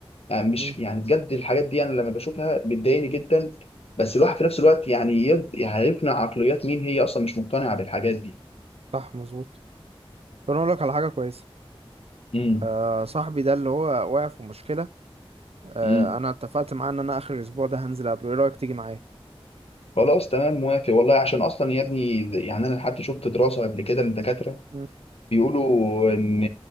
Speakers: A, on the left; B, on the right.
A: يعني مش
B: مم.
A: يعني بجد الحاجات دي انا لما بشوفها بتضايقني جدا بس الواحد في نفس الوقت يعني يب- يعني هيقنع عقليات مين هي اصلا مش مقتنعه بالحاجات دي
B: صح مظبوط طب انا اقول لك على حاجه كويسه
A: امم
B: آه صاحبي ده اللي هو واقع في مشكله آه
A: امم
B: انا اتفقت معاه ان انا اخر الاسبوع ده هنزل قبله ايه رايك تيجي معايا
A: خلاص تمام موافق والله عشان اصلا يا ابني يعني انا حتى شفت دراسه قبل كده للدكاتره
B: مم.
A: بيقولوا ان